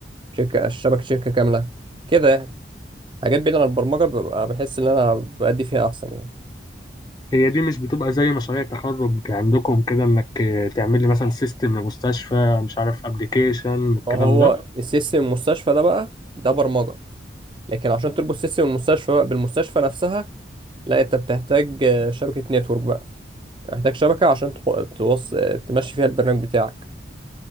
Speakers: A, on the right (about 25°); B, on the left (about 20°).
A: شركه شبكه شركه كامله كده يعني. حاجات بعيده عن البرمجه ببقى بحس ان انا بأدي فيها احسن يعني
B: هي دي مش بتبقى زي مشاريع تخرج عندكم كده انك آه، تعمل لي مثلا سيستم لمستشفى مش عارف ابلكيشن الكلام
A: ما هو
B: ده
A: السيستم المستشفى ده بقى ده برمجه لكن عشان تربط سيستم المستشفى بقى بالمستشفى نفسها لا انت بتحتاج آه، شبكه نتورك بقى بتحتاج شبكه عشان تحو- توص... آه، تمشي فيها البرنامج بتاعك